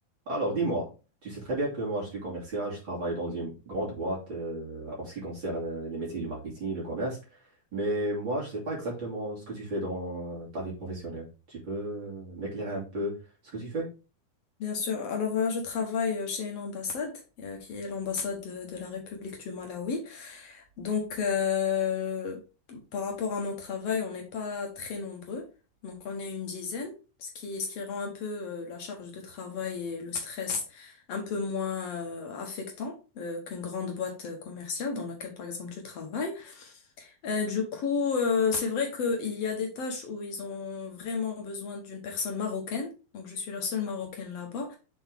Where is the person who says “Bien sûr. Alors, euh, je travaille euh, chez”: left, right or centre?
Left